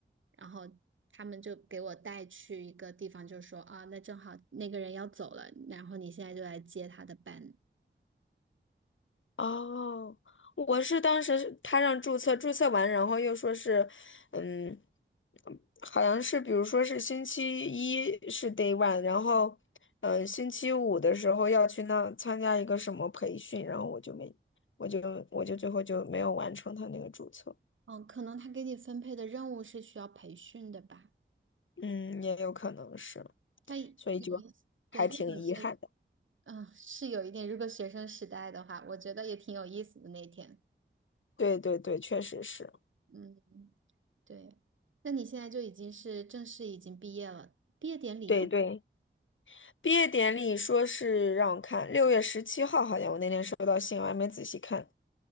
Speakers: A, on the right; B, on the left.
A: 然后他们就给我带去一个地方，就说啊，那正好那个人要走了，然后你现在就来接他的班。
B: 哦，我是当时是他让注册，注册完，然后又说是，嗯，好像是比如说是星期一是 day one，然后，嗯、星期五的时候要去那参加一个什么培训，然后我就没，我就我就最后就没有完成他那个注册，
A: 嗯，可能他给你分配的任务是需要培训的吧？
B: 嗯，也有可能是，
A: 他有一些
B: 所以就还挺遗憾的。
A: 对，他有些，嗯，是有一点。如果学生时代的话，我觉得也挺有意思的那天。
B: 对对对，确实是，
A: 嗯，对。那你现在就已经是正式已经毕业了，毕业典礼有？
B: 对对。毕业典礼说是让我看六月十七号，好像我那天收到信，我还没仔细看。